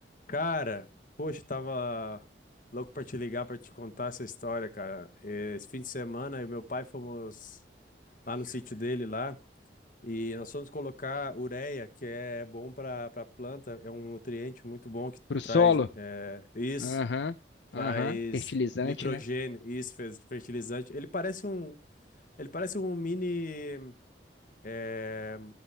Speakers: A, on the left (about 50°); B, on the left (about 75°).
A: Cara, poxa, tava louco pra te ligar pra te contar essa história, cara. Esse fim de semana, eu e meu pai fomos lá no sítio dele lá e nós fomos colocar ureia, que é bom pra para planta, é um nutriente muito bom que
B: Pro
A: traz
B: solo?
A: é, isso,
B: Aham,
A: traz
B: aham. Fertilizante,
A: nitrogênio,
B: né?
A: isso, fez fertilizante. Ele parece um, ele parece um mini é,